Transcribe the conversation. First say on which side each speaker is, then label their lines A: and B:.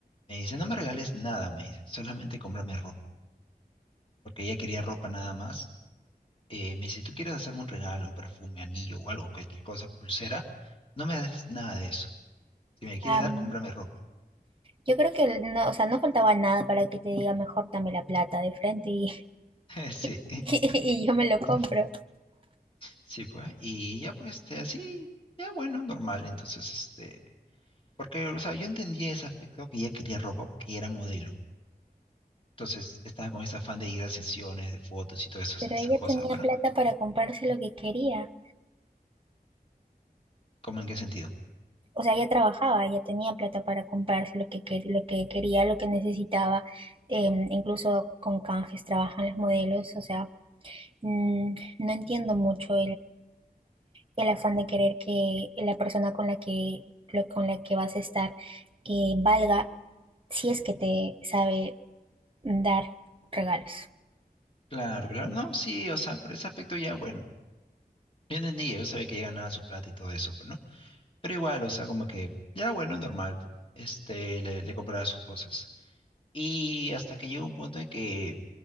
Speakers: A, on the left; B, on the right.
A: me dice, no me regales nada, me dice, solamente cómprame ropa, porque ella quería ropa nada más. Eh, me dice, si tú quieres hacerme un regalo, un perfume, anillo o algo, cualquier cosa, pulsera, no me des nada de eso. Si me quieres
B: Am,
A: dar, cómprame ropa.
B: yo creo que no, o sea, no faltaba nada para que te diga mejor dame la plata de frente y,
A: <laughs> Sí,
B: <laughs> y, yo me lo compro.
A: <laughs> sí, pues. Y ya pues, este, así, ya bueno, normal. Entonces, este, porque, o sea, yo entendía ese aspecto que ella quería ropa porque ella era modelo. Entonces, estaba con ese afán de ir a sesiones de fotos y todas esas,
B: Pero
A: esas
B: ella
A: cosas,
B: tenía
A: bueno,
B: plata para comprarse lo que quería.
A: ¿cómo en qué sentido?
B: O sea, ella trabajaba, ella tenía plata para comprarse lo que, quer- lo que quería, lo que necesitaba. Em, incluso con canjes trabajan los modelos. O sea, mm, no entiendo mucho el afán de querer que la persona con la que, lo- con la que vas a estar eh, valga si es que te sabe dar regalos.
A: Claro, claro, no, sí, o sea, por ese aspecto ya, bueno, yo entendí, yo sabía que ya ganaba su plata y todo eso, pues, ¿no? Pero igual, o sea, como que, ya, bueno, normal, este, le, le compraba sus cosas. Y hasta que llegó un punto en que